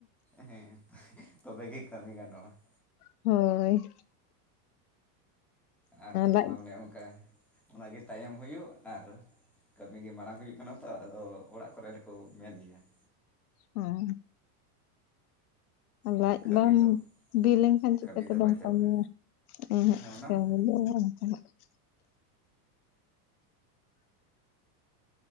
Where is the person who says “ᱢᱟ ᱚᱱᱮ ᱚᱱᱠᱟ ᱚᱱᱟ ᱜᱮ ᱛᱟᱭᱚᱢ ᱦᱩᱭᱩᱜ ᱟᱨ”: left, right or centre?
Centre